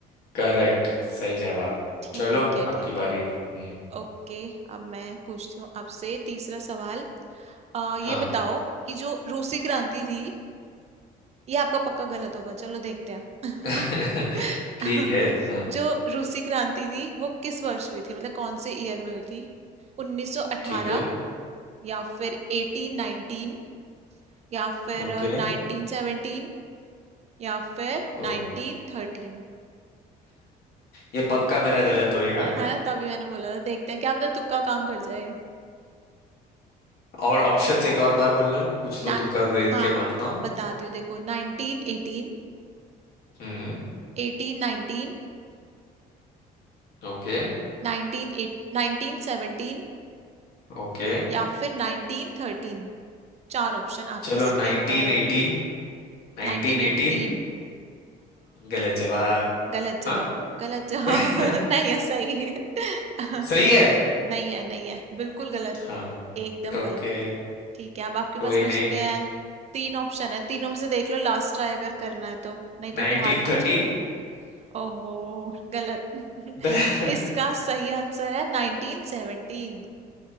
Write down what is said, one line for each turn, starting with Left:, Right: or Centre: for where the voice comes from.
Left: करेक्ट सही जवाब
Right: ठीक
Left: चलो
Right: है
Left: आपकी
Right: ठीक
Left: बारी
Right: है
Left: हम्म
Right: ओके अब मैं पूछती हूँ आपसे तीसरा सवाल अ, ये
Left: हाँ
Right: बताओ कि जो रूसी क्रांति थी ये आपका पक्का गलत होगा चलो देखते हैं
Left: <laughs>
Right: <laughs>
Left: ठीक है हाँ
Right: जो रूसी क्रांति थी वो किस वर्ष हुई थी मतलब कौन से ईयर में हुई थी 1918
Left: ठीक है
Right: या फिर 1819 या फिर
Left: ओके
Right: नाइनटीन सेवनटीन या फिर
Left: ओ
Right: नाइनटीन थर्टीन
Left: ये पक्का मेरा गलत होएगा
Right: है ना तभी मैंने बोला था देखते हैं क्या पता तुक्का काम कर जाए
Left: और ऑप्शंस एक और बार बोलना कुछ तो
Right: ना
Left: तुक्का देख
Right: हाँ
Left: के मारता हूँ
Right: बताती हूँ देखो Nineteen eighteen
Left: हम्म
Right: eighteen nineteen
Left: ओके
Right: nineteen eight nineteen seventeen
Left: ओके
Right: या फिर नाइनटीन थर्टीन चार ऑप्शन आपकी
Left: चलो
Right: स्क्रीन
Left: नाइनटीन
Right: पर
Left: एटीन नाइनटीन
Right: Nineteen
Left: एटीन
Right: eighteen
Left: गलत जवाब
Right: गलत जवाब
Left: हाँ
Right: गलत जवाब
Left: <laughs>
Right: <laughs> नहीं है सही है <laughs>
Left: सही है
Right: नहीं है नहीं है बिल्कुल गलत
Left: हाँ
Right: एकदम
Left: ओके
Right: गलत ठीक है अब आपके
Left: कोई
Right: पास
Left: नहीं
Right: बचते हैं तीन ऑप्शन है तीनों में से देख लो लास्ट ट्राई अगर करना है तो नहीं तो
Left: 1913
Right: फिर हार मान जाओ ओहो गलत <laughs>
Left: <laughs>
Right: इसका सही आंसर है 1917